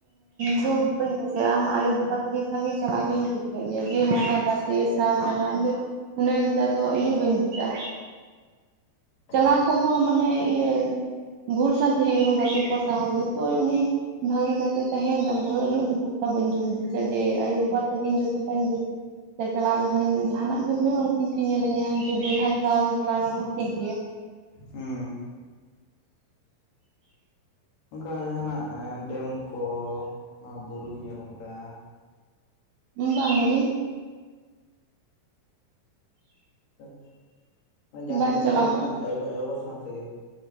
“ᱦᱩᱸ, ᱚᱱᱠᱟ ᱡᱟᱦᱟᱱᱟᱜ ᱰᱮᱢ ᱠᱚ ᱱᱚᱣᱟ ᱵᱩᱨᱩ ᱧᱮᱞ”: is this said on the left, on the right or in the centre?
Left